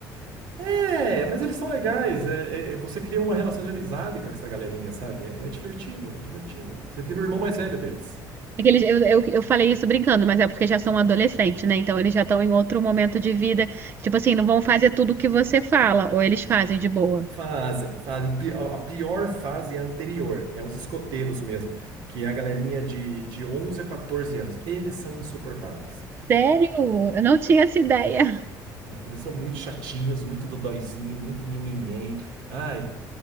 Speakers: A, on the right (about 75°); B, on the right (about 30°).
A: É, mas eles são legais. é- é- você cria uma relação de amizade com essa galerinha, sabe? É, é divertido, é divertido. Você vira o irmão mais velho deles.
B: É que eles- eu, eu, eu falei isso brincando, mas é porque já são adolescentes, né? Então eles já estão em outro momento de vida. Tipo assim, não vão fazer tudo o que você fala, ou eles fazem de boa.
A: Fazem, fazem. O pi- A pior fase é a anterior, é os escoteiros mesmo, que é a galerinha de, de 11 a 14 anos. Eles são insuportáveis.
B: Sério? Eu não tinha essa ideia.
A: Não, eles são muito chatinhos, muito dodóizinho, muito nhenhenhen. Ai,